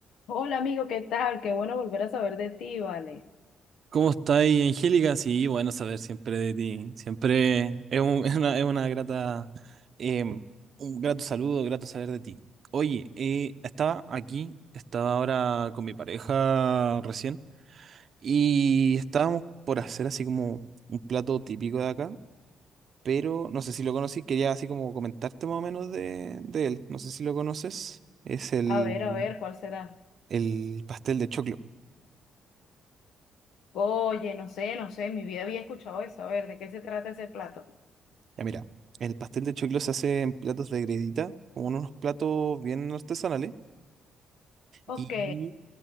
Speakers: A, on the left; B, on the right.
A: Hola amigo, ¿qué tal? Qué bueno volver a saber de ti, vale.
B: ¿Cómo estáis, Angélica? Sí, bueno, saber siempre de ti. Siempre es, un- <laughs> es una, es una grata, em, un grato saludo, grato saber de ti. Oye, eh, estaba aquí, estaba ahora con mi pareja recién y estábamos por hacer así como un plato típico de acá, pero no sé si lo conocí, quería así como comentarte más o menos de, de él. No sé si lo conoces. Es el,
A: A ver, a ver, ¿cuál será?
B: el pastel de choclo.
A: Oye, no sé, no sé, en mi vida había escuchado eso. A ver, ¿de qué se trata ese plato?
B: Ya mira, el pastel de choclo se hace en platos de gredita, como en unos platos bien artesanales.
A: Ok.
B: Y